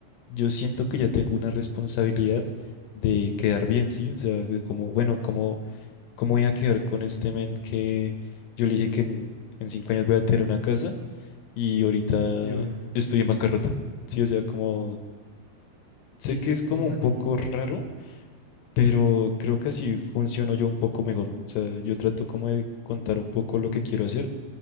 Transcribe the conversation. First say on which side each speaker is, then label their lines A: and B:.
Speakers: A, on the left; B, on the left.
A: yo siento que ya tengo una responsabilidad de quedar bien, ¿sí? O sea, de como, bueno, como, ¿cómo voy a quedar con este men que yo le dije que en en cinco años voy a tener una casa? y ahorita
B: Sí, obvio.
A: estoy en bancarrota. Sí, o sea, como
B: Sí,
A: sé
B: eso,
A: que
B: es-
A: es como
B: eso también,
A: un poco raro, pero creo que así funciono yo un poco mejor. O sea, yo trato como de contar un poco lo que quiero hacer